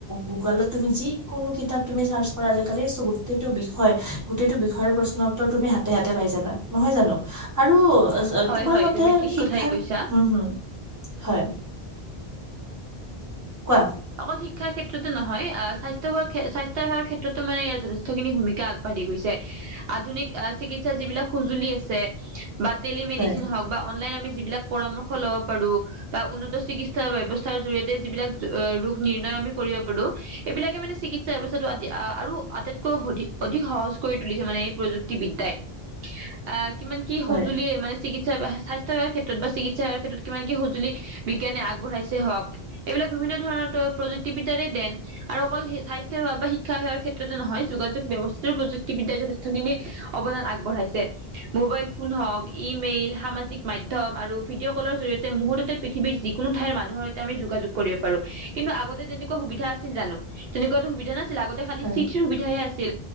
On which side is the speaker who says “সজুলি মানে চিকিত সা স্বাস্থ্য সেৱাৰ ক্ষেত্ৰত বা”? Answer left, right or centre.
Right